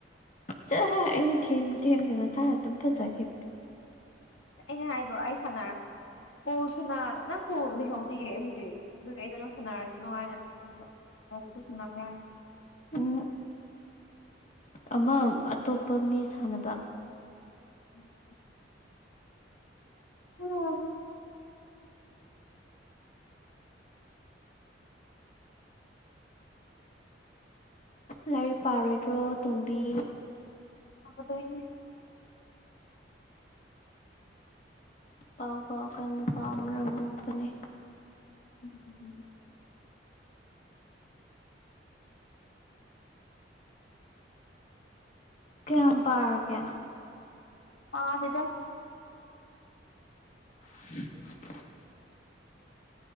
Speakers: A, on the left; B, on the left.
A: ꯆꯠꯂꯍ‌ꯦ ꯑꯩꯗꯤ ꯊꯦꯝꯕꯨ ꯊꯦꯝꯗꯦ ꯃꯁꯥꯅ ꯑꯗꯨꯝ ꯐꯖꯒꯤꯝ
B: ꯑꯩꯅ ꯍꯥꯏꯗ꯭ꯔꯣ ꯑꯩ ꯁꯥꯟꯅꯔꯦ ꯀꯣꯜꯁꯤꯅ ꯅꯪ ꯀꯣꯜ ꯂꯩꯍꯧ ꯗꯤꯌꯦ ꯍꯧꯖꯤꯛ ꯑꯗꯨꯒꯤ ꯑꯩꯗꯣ ꯅꯪ ꯁꯥꯟꯅꯔꯖꯅ‌ꯣ ꯍꯥꯏꯅꯥ ꯈꯟꯕ ꯍꯧꯕꯗ ꯁꯅꯥꯕꯔ ꯍꯥꯏꯅ
A: ꯎꯝ ꯑꯃ ꯑꯇꯣꯞꯄ ꯃꯤ ꯁꯥꯟꯅꯕ
B: <inaudible> ꯑꯣ ꯍ
A: ꯂꯥꯏꯔꯤꯛ ꯄꯥꯔꯣꯏꯗ꯭ꯔꯣ ꯇꯣꯝꯕꯤ
B: ꯄꯒꯗ‌ꯣꯏ ꯅꯤ
A: ꯄꯥꯎ ꯄꯥꯎ ꯀꯟꯅ ꯄꯥꯎ ꯃꯔꯝ ꯃ‌ꯣꯛꯄꯅꯦ
B: ꯎꯝ
A: ꯀꯌꯥꯝ ꯄꯥꯔꯒꯦ
B: ꯄꯥꯗ‌ꯦꯗ
A: <inaudible>